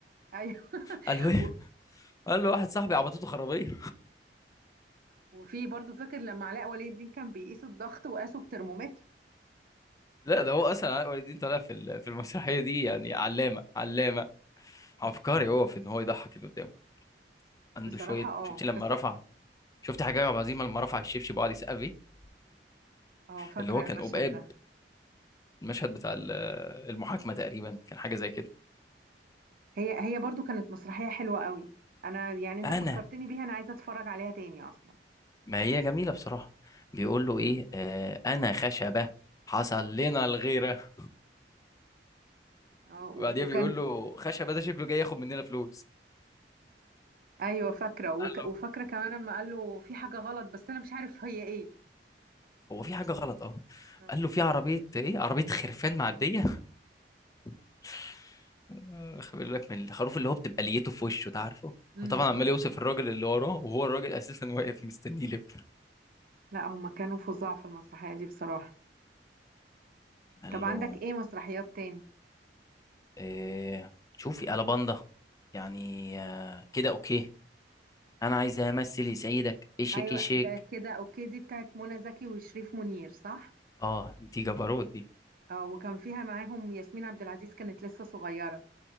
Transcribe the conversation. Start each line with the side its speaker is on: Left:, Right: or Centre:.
Right: ايوه <laughs>
Left: قال له ايه
Right: و-
Left: قال له واحد صاحبي عبطته خرابيه
Right: وفي برضو فاكر لما علاء ولي الدين كان بيقيس الضغط وقاسه بترمومتر
Left: لا ده هو اصلا علاء ولي الدين طالع في ال- في المسرحيه دي يعني علامه علامه عبقري هو في ان هو يضحك اللي قدامه
Right: بصراحه
Left: عنده شويه
Right: اه
Left: شفتي لما
Right: بس
Left: رفع شفتي حاجه عبد العزيز لما رفع الشبشب وقعد يسقف فيه
Right: اه فاكره
Left: اللي هو كان
Right: المشهد
Left: قبقاب
Right: ده
Left: المشهد بتاع ال- المحاكمة تقريبا كان حاجة زي كده
Right: هي هي برضو كانت مسرحيه حلوه قوي انا يعني انت
Left: أنا
Right: فكرتني بيها انا عايزه اتفرج عليها تاني اصلا
Left: ما هي جميلة بصراحة بيقول له إيه آه أنا خشبة حصل لنا الغيرة
Right: اه
Left: بعديها
Right: و- وكان
Left: بيقول له خشبة ده شكله جاي ياخد مننا فلوس
Right: ايوه فاكره وك...
Left: قال له
Right: وفاكره كمان لما قال له في حاجه غلط بس انا مش عارف هي ايه
Left: هو في حاجة غلط أه
Right: اه
Left: قال له في عربية إيه عربية خرفان معدية <laughs> آه، خلي بالك من الخروف اللي هو بتبقى ليته في وشه ده عارفه
Right: امم
Left: هو طبعا عمال يوصف الراجل اللي وراه وهو الراجل اساسا واقف مستنيه يلف
Right: لا هما كانوا فظاع في المسرحيه دي بصراحه
Left: قال
Right: طب عندك
Left: له
Right: ايه مسرحيات تاني
Left: آه، شوفي ألاباندا يعني آه، كده أوكي أنا عايز أمثل يسعدك إيه شيك
Right: ايوه
Left: إيه شيك
Right: ده كده اوكي دي بتاعت منى زكي وشريف منير صح
Left: أه دي جبروت دي
Right: اه وكان فيها معاهم ياسمين عبد العزيز كانت لسه صغيره